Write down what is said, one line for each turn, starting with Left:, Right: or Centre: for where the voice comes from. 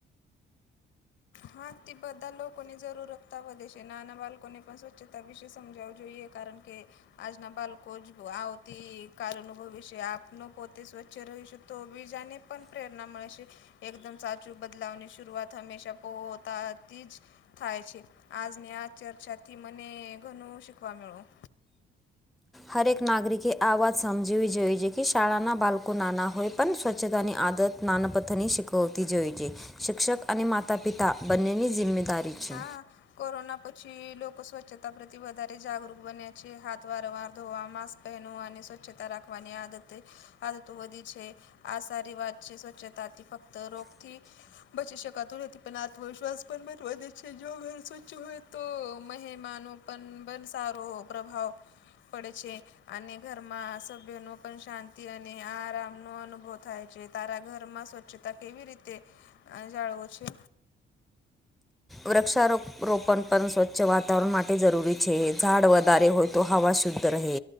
Left: હા તે બધાં લોકોની જરૂરતતા વધે છે નાનાં બાળકોને પણ સ્વચ્છતા વિશે સમજાવું જોઈએ. કારન કે આજના બાળલો જ આવતી કાલ અનુભવી છે આપનો પોતે સ્વચ્છ રહીશ તો બીજાને પણ પ્રેરણા મળે છે એકદમ સાચું બદલાવની શરૂઆત હંમેશા પોતા થી જ થાય છે આજની આ ચર્ચાથી મને ઘનું શીખવા મળ્યું
Centre: હરેક નાગરિકે આ વાત સમજવી જોઈએ છે કે શાળાના બાળકો નાના હોય પણ સ્વચ્છતાની આદત નાનપથની શીખવતી જોઈ છે શિક્ષક અને માતા પિતા બંનેની જિમ્મેદારી છે
Left: હા કોરોના પછી લોકો સ્વચ્છતા પ્રતિ વધારે જાગૃત બન્યા છે હાથ વારંવાર ધોવા માસ્ક પહેનવા ને સ્વચ્છતા રાખવાની આદત આદતો વધી છે આ સારી વાત છે સ્વચ્છતાથી ફક્ત રોગથી બચી શકાતું નથી પણ આત્મવિશ્વાસ પણ પછ વધે જો <unintelligible> સ્વચ્છ હોય તો મહેમાનો પણ બન સારો પ્રભાવ પડે છે અને ઘરમાં સભ્ય ન પણ શાંતિ અને આરામ નો અનુભવ થાય છે તારા ઘર માં ચ્છતા કેવી રીતે અ જાળવો છે
Centre: વૃક્ષારોપ રોપણ પણ સ્વચ્છ વાતાવરણ માટે જરૂરી છે ઝાડ વધારે હોય તો હવા શુદ્ધ રહે